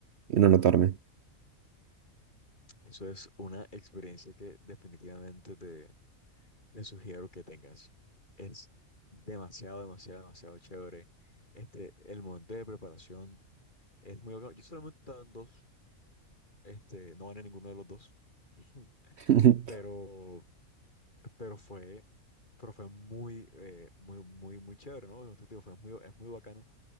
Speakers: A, on the right; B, on the left.
A: y no anotarme.
B: Eso es una experiencia que definitivamente te, te sugiero que tengas. Es demasiado, demasiado, demasiado chévere. Este, el momento de preparación es muy bacano. Yo solamente he estado en dos, este, no gané ninguno de los dos, <laughs>
A: <laughs>
B: pero pero fue, pero fue muy, eh, muy, muy, muy chévere, ¿no? Entonces, te digo, fue muy, es muy bacano,